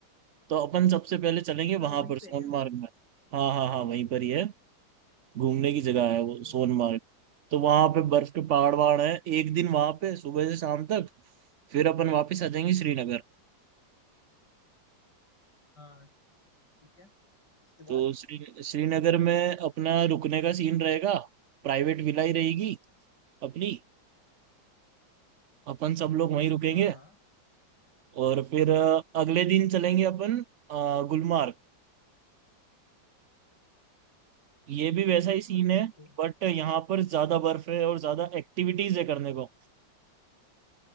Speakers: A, on the right (about 80°); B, on the left (about 60°).
A: तो अपन सबसे पहले चलेंगे
B: अच्छा
A: वहां
B: वहीं
A: पर सोनमार्ग
B: पे है क्या
A: में हाँ हाँ हाँ वहीं पर ही है घूमने की जगह
B: ओके
A: है वो सोनमार्ग तो वहां पे बर्फ के पहाड़ वहाड़ है एक दिन वहां पे सुबह से शाम तक फिर अपन वापस आ जाएंगे श्रीनगर
B: हाँ ठीक है उसके
A: तो
B: बाद
A: श्री श्रीनगर में अपना रुकने का सीन रहेगा प्राइवेट विला ही रहेगी अपनी अपन सब लोग वहीं रुकेंगे
B: हाँ हाँ,
A: और फिर अ, अगले दिन चलेंगे अपन अ, गुलमार्ग ये भी वैसा ही सीन है
B: ओके
A: बट यहाँ पर ज्यादा बर्फ है और ज्यादा एक्टिविटीज है करने को